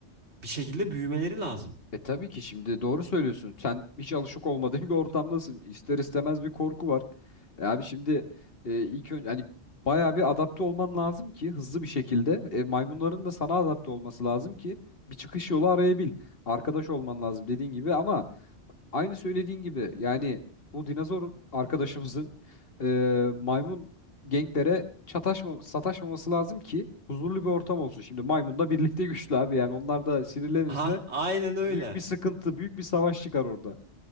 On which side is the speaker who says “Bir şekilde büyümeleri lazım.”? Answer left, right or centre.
Right